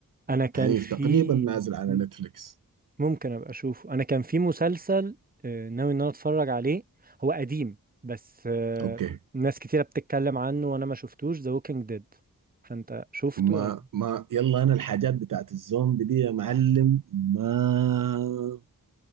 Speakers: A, on the right; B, on the right.
A: انا كان
B: عنيف
A: في
B: تقريبا نازل على
A: مم.
B: نتفليكس
A: ممكن ابقى اشوفه انا كان في مسلسل آه، ناوي ان انا اتفرج عليه هو قديم بس آه،
B: أوكي
A: ناس كتيرة بتتكلم عنه وانا ما شفتوش ذا ووكينج ديد فانت شفته
B: ما
A: ولا
B: ما يلا أنا الحاجات بتاعت الزومبي دي يا معلم ما